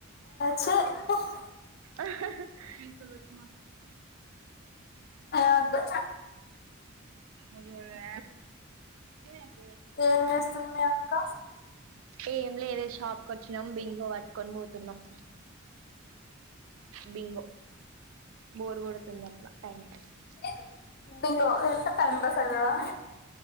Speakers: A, on the left (about 50°); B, on the right (about 75°).
A: చే ఆహ్
B: హ హ
A: వద్దు
B: అదే అదే <inaudible>
A: ఏం చేస్తుంది ఆ అక్క
B: ఏం లేదే షాప్ కి వచ్చినం బింగో పట్టుకొని పోతున్నాం బింగో బోర్గోడ్ తుందట్ల టైం పాస్
A: <unintelligible>
B: కి
A: ఎంత టైమ్ పాస్ అయితదా